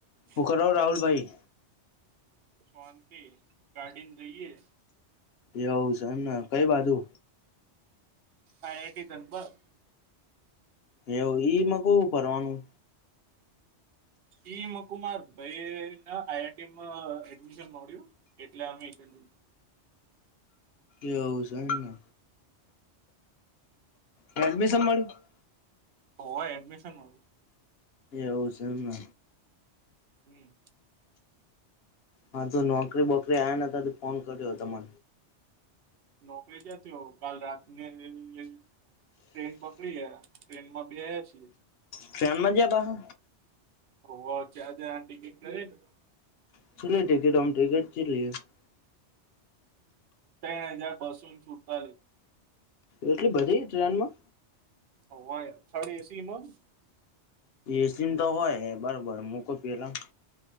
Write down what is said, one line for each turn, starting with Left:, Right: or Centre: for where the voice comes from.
Right: છે
Left: હું કરો રાહુલભાઈ?
Right: શાંતિ ગાડી ન જઈએ
Left: એવુ છે, એમને કઈ બાજુ
Right: આયા ડી લગભગ.
Left: એવું ઈમાં કવું ફરવાનું
Right: ઈમ કુમાર ભાઈ આઈઆઈટીમાં એડમિશન મળ્યું એટલે અમે <unintelligible>
Left: એવું છે, ને હલ્મી સંભાળ્યું
Right: હા એડમિશન વાળું
Left: એવું છે એમને
Right: હમ
Left: હા તો નોકરી બોકરી આવ્યા ન હતા તો ફોન કર્યો તને
Right: નોકરી જતી હો કાલ રાતને <unintelligible> ટ્રેન પકડી ગયા ટ્રેન માં બેહા છે
Left: ટ્રેન મા બેઠા હે
Right: <unintelligible>
Left: <unintelligible>
Right: ત્રણ હજાર પારસેટ રૂપે
Left: એટલી બધી ટ્રેન માં
Right: <unintelligible> થડ એસીમાં
Left: એસીમ તો હોય બરોબર મકો પેલા